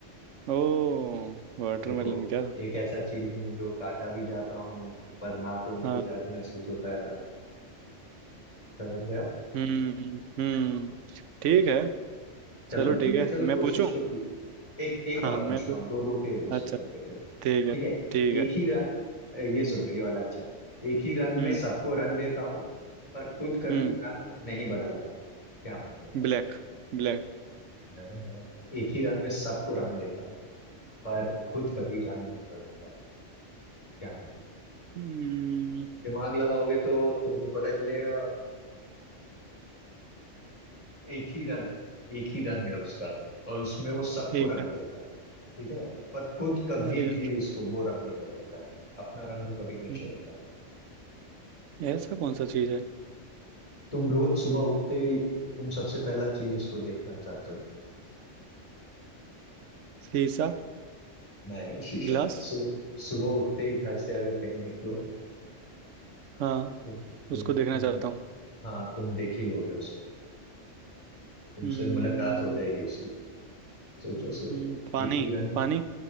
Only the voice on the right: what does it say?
ओ वाटरमेलन
क्या
हाँ
हम्म हम्म ठीक है
चलो
ठीक
है
मैं
पूछूं
हाँ
हाँ, मैं
पू-
अच्छा
ठीक है
ठीक है
हम्म
हम्म
ब्लैक ब्लैक
हम्म
ठीक
है
अरे यार
हम्म
ऐसा कौन सा चीज है
शीशा
ग्लास
हाँ
उसको
देखना चाहता हूँ
हम्म,
हम्म, पानी
पानी